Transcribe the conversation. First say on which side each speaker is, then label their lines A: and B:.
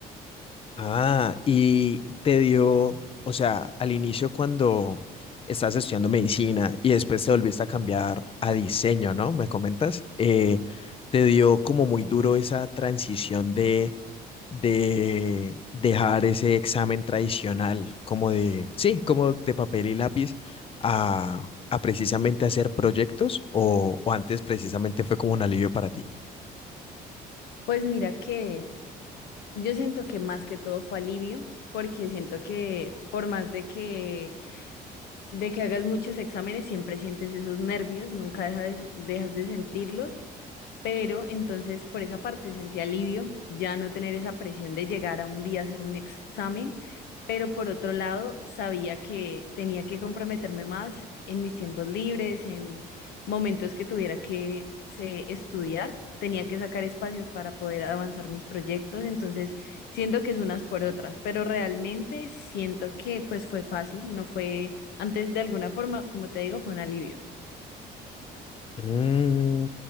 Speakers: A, on the left; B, on the left.
A: Ah, y te dio, o sea, al inicio cuando estás estudiando medicina y después te volviste a cambiar a diseño, ¿no? Me comentas, eh, te dio como muy duro esa transición de, de dejar ese examen tradicional, como de, sí, como de papel y lápiz, a, a precisamente hacer proyectos o, o antes precisamente fue como un alivio para ti.
B: Pues mira que yo siento que más que todo fue alivio, porque siento que por más de que de que hagas muchos exámenes, siempre sientes esos nervios, nunca deja de dejas de sentirlos, pero entonces por esa parte sentí alivio, ya no tener esa presión de llegar a un día a hacer un examen, pero por otro lado sabía que tenía que comprometerme más en mis tiempos libres, en momentos que tuviera que se, estudiar. Tenía que sacar espacios para poder avanzar mis proyectos, entonces siento que es unas por otras, pero realmente siento que pues fue fácil, no fue antes, de alguna forma, como te digo, fue un alivio.
A: Mm,